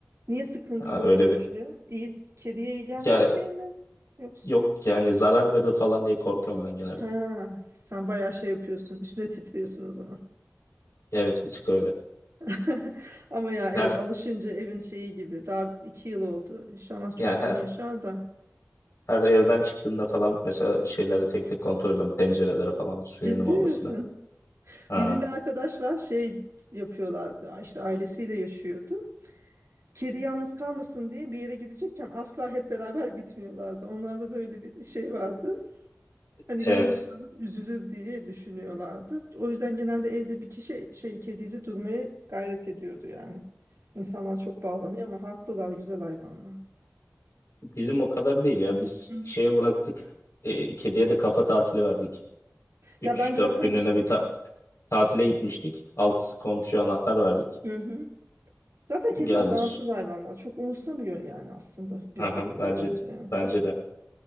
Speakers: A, on the right (about 60°); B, on the left (about 60°).
A: Niye sıkıntılı
B: Ya
A: olduğunu
B: öyle bir
A: düşünüyorum? İyi kediye iyi gelmez
B: ya
A: diye mi? Yoksa?
B: yok yani zarar verir falan diye korkuyorum ben genelde.
A: Ha, sen bayağı şey yapıyorsun. Üstüne titriyorsun o zaman.
B: Evet bir tık öyle.
A: <laughs> Ama ya evet
B: Her
A: alışınca evin şeyi gibi. Daha iki yıl oldu. İnşallah
B: ya
A: çok
B: her
A: uzun yaşar da.
B: her evden çıktığımda falan mesela şeyleri tek tek kontrol ediyorum pencereleri falan suyun
A: Ciddi
B: mamasına.
A: misin?
B: Ha,
A: Bizim bir arkadaş var şey yapıyorlardı. İşte ailesiyle yaşıyordu. Kedi yalnız kalmasın diye bir yere gidecekken asla hep beraber gitmiyorlardı. Onlarda da öyle bir şey vardı. Hani
B: evet.
A: yalnız kadın üzülür diye düşünüyorlardı. O yüzden genelde evde bir kişi şey kediyle durmaya gayret ediyordu yani. İnsanlar çok bağlanıyor ama haklılar güzel hayvanlar.
B: Bizim o kadar değil ya biz
A: Hı.
B: şeye bıraktık. E, kediye de kafa tatili verdik. üç
A: Ya bence
B: dört
A: zaten
B: günlüğüne
A: ki-
B: bir ta- Tatile gitmiştik. Alt komşuya anahtar verdik.
A: Hı hı. Zaten
B: O
A: kediler
B: geldi.
A: bağımsız hayvanlar. Çok umursamıyor yani aslında biz
B: Hı hı,
A: gidince
B: Bence
A: bence yani.
B: bence
A: Yani.
B: de.